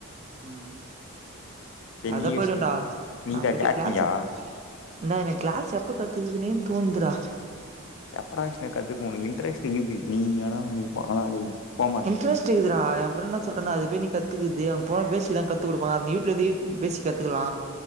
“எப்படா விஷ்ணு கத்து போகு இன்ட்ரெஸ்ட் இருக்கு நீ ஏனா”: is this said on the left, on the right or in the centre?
Left